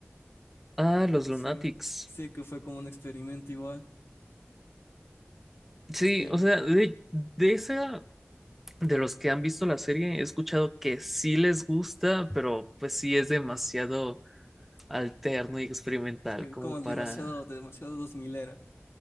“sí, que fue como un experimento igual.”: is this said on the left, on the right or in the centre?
Left